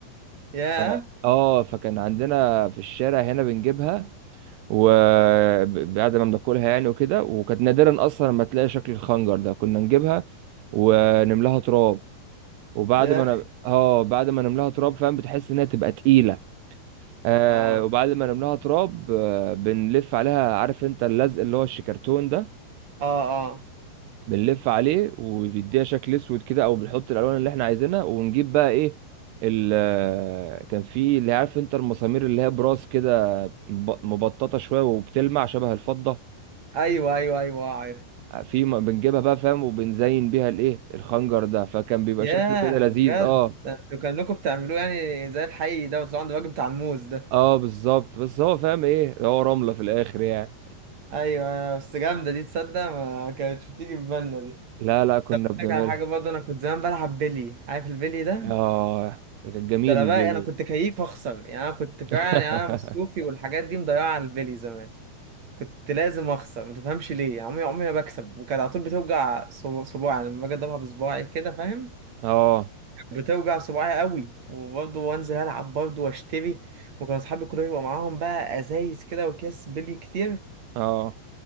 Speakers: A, on the right; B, on the right.
A: ياه
B: اه آه، فكان عندنا في الشارع هنا بنجيبها وبعد ما بناكلها يعني وكده وكانت نادرا اصلا لما تلاقي شكل الخنجر ده كنا نجيبها ونملاها تراب وبعد
A: ياه
B: ما انا اه بعد ما نملاها تراب فاهم بتحس انها تبقى تقيله آه
A: اه
B: وبعد ما نملاها تراب آه بنلف عليها عارف انت اللزق اللي هو الشيكرتون ده
A: اه اه
B: بنلف عليه وبيديها شكل اسود كده او بنحط الالوان اللي احنا عايزينها ونجيب بقى ايه ال آه، كان في اللي عارف انت المسامير اللي هي براس كده مب- مبططه شويه وبتلمع شبه الفضه
A: ايوه ايوه ايوه آه، عارف
B: آه، في م- بنجيبها بقى فاهم وبنزين بيها الايه الخنجر ده فكان بيبقى
A: ياه
B: شكله كده لذيذ
A: بجد
B: اه
A: ده انتوا كأنكم بتعملوه يعني زي الحي ده وتطلعوا عند الراجل بتاع الموز ده
B: اه بالظبط بس هو فاهم ايه ده، هو رملة في الاخر يعني
A: ايوه أيوه، بس جامده دي تصدق ما كانتش بتيجي في بالنا دي
B: لا لا كنا
A: طب اقول
B: بنعملها
A: لك على حاجه برضه انا كنت زمان بلعب بلي عارف البلي ده
B: اه ده كان جميل
A: ده انا
B: البيت
A: بقى انا كنت كيف اخسر يعني انا كنت فعلا
B: <laughs>
A: يعني انا مصروفي والحاجات دي مضيعه على البلي زمان كنت لازم اخسر ما تفهمش ليه يعني عمري عمري ما بكسب وكانت على طول بتوجع صو- صباعي يعني لما باجي اضربها بصباعي كده فاهم
B: اه
A: بتوجع صباعي قوي وبرضه وانزل العب برضه واشتري وكان اصحابي كلهم يبقى معاهم بقى ازايز كده واكياس بلي كتير
B: اه